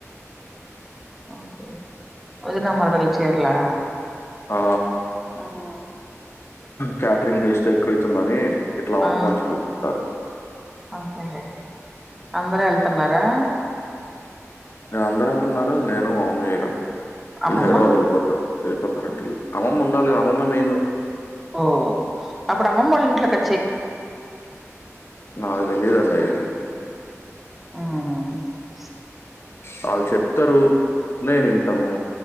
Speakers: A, in the centre; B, on the left (about 50°).
A: ఒకే ఓదిన మరదలా చిర్లా
B: ఆ,
A: హ్మ్
B: కే్యాటరింగ్కి ఇస్తే ఎక్కువ అవుతుందని ఇట్లా వంట
A: ఆ
B: మనిషిని పెతారు
A: అంతేలే అందరూ వెళ్తున్నారా
B: మేం అందరు ఎవరు ఉన్నారు నేను మా మమ్మీ ఎగ వీళ్ళు
A: అమ్మమ్మ
B: హైదరాబాద్ వెళ్ళిపోతారు వెళ్ళిపోతారంట వీళ్ళు అమ్మమ్మ ఉండాలిగా అమ్మమే మెయిన్
A: ఓ అప్పుడు అమ్మమ్మ వాళ ఇంట్లో క
B: నాకు తెలీదు అన్నయ్య
A: ఆహ
B: వాళ్ళు చెప్తారు నేను వింటాను